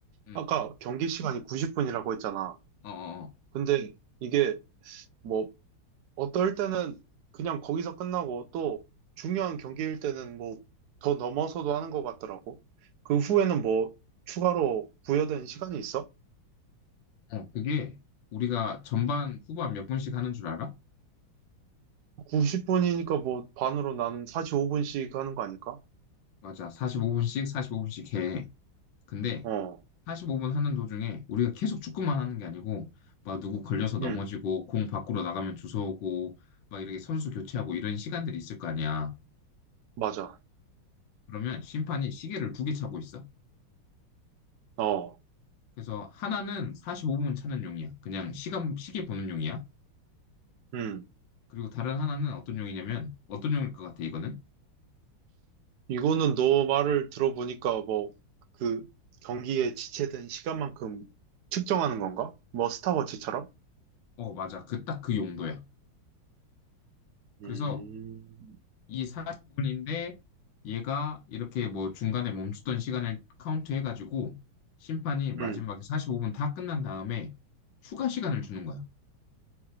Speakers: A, on the left; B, on the right.
A: 응.
B: 아까 경기 시간이 90분이라고 했잖아.
A: 어, 어,
B: 근데 이게 뭐 어떨 때는 그냥 거기서 끝나고 또 중요한 경기일 때는 뭐 더 넘어서도 하는 것 같더라고. 그 후에는 뭐 추가로 부여된 시간이 있어?
A: 어. 어, 그게 우리가 전반, 후반 몇 분씩 하는 줄 알아?
B: 90분이니까 뭐 반으로 나는 45분씩 하는 거 아닐까?
A: 맞아. 45분씩, 45분씩 해. 근데
B: 어,
A: 45분 하는 도중에 우리가 계속 축구만 하는 게 아니고 막 누구 걸려서 넘어지고
B: 음,
A: 공 밖으로 나가면 주워오고 막 이렇게 선수 교체하고 이런 시간들이 있을 거 아니야.
B: 맞아.
A: 그러면 심판이 시계를 두 개 차고 있어.
B: 어,
A: 그래서 하나는 45분 차는 용이야. 그냥 시간 시계 보는 용이야.
B: 음.
A: 그리고 다른 하나는 어떤 용이냐면 어떤 용일 것 같아 이거는?
B: 이거는 너 말을 들어보니까 뭐 그 경기에 지체된 시간만큼 측정하는 건가? 뭐 스타워치처럼?
A: 어, 맞아. 그 딱 그 용도야. 그래서
B: 음,
A: 이 45분인데 얘가 이렇게 뭐 중간에 멈추던 시간을 카운트 해가지고 심판이 마지막에
B: 음.
A: 45분 다 끝난 다음에 추가 시간을 주는 거야.